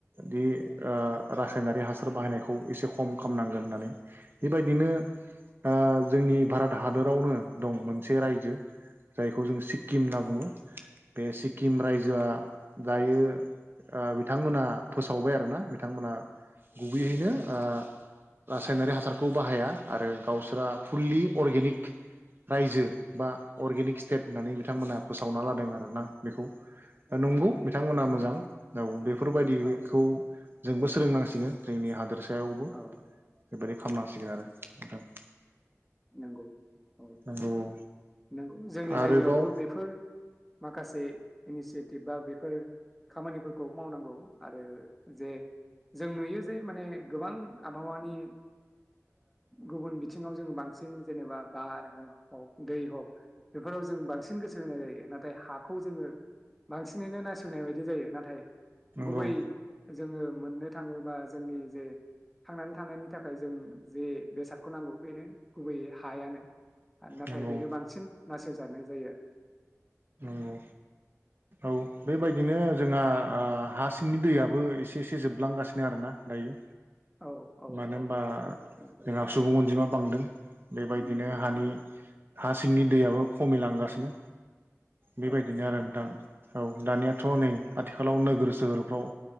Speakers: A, on the right (about 40°); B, in the centre.
A: दि ओ रासायनारि हासार बाहायनायखौ एसे खम खामनांगोन होननानै। बेबायदिनो ओ जोंनि भारत हादोरावनो दं मोनसे रायजो जायखौ जों सि किम होनना बुङो। बे सिक्किम रायजोआ दायो ओ बिथांमोना फोसावबाय आरोना बिथांमोना गुबैयैनो ओ रासायनारि हासार खौ बाहाया आरो गावसोरा फुलि अर्गेनिक रायजो बा अर्गेनिक स्टेट होननानै बिथांमोना फोसावना लादों आरो ना बेखौ नंगौ बिथांमोना मोजां औ <unintelligible> बेफोरबायदिखौ
B: औ
A: जोंबो सोलोंनांसिगोन जोंनि हादोर सायावबो बेबायदि
B: औ
A: खालामनांसिगोन आरो <unintelligible>
B: नंगौ औ
A: नंगौ
B: नंगौ जोंनि
A: आरोबाव
B: जायगायावबो बेफोर माखासे इनिसियेटिभबा बेफोर खामानिफोरखौ मावनांगौ आरो जे जों नुयो जे माने गोबां आबहावानि गुबुन बिथिं सिङाव जों बांसिन बांसिन जेनेबा बार हक दै हक बेफोराव जों बांसिन गोसो होनाय जायो नाथाय हाखौ जोङो बांसिनैनो नासयनाय बायदि जायो नाथाय
A: नंगौ
B: गुबै जोङो मोननो थाङोबा जोंनि जे थांनानै थानायनि थाखाय जों जे बेसादखौ नांगौ बेनो गुबैयै हायानो नाथाय
A: नंगौ
B: बेनो बांसिन होजानाय जायो
A: नंगौ औ बेबायदिनो जोंहा आ हा सिंनि दैयाबबो एसे एसे जोबलांगासिनो आरोना दायो
B: आरो औ
A: मानो होनोबा
B: नंगौ
A: जोंहा सुबुं अनजिमा बांदों बेबायदि दिनो हानि
B: औ
A: हा सिंनि दैयाबो खमिलांगासिनो बेबायदिनो
B: औ
A: आरो नोंथां औ दानियाथ नै आथिखालाव नोगोर सोहोरफ्राव